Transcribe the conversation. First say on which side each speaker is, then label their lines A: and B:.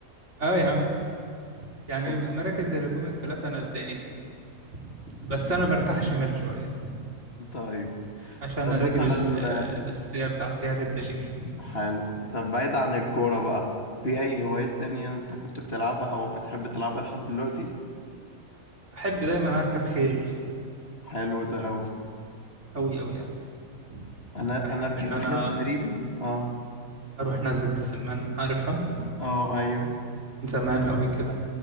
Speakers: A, on the right (about 55°); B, on the left (about 45°).
A: اه يا عم يعني
B: طب
A: مراكز زي الهجوم الثلاثة أنا بتلاقيني فيها بس أنا برتاح شمال شوية
B: طيب
A: عشان
B: طب
A: الرجل
B: مثلا
A: ال- الأساسية بتاعتي هي الرجل اليمين
B: حلو طب بعيد عن الكورة بقى في اي هوايات تانية انت كنت بتلعبها او بتحب تلعبها لحد دلوقتي
A: بحب دايما أركب خيل
B: حلو ده قوي
A: أوي أوي يعني
B: انا
A: بحب
B: انا ركبت
A: إن أنا
B: خيل تقريبا اه
A: أروح نزلة السمان عارفها
B: اه ايوه
A: من زمان أوي كده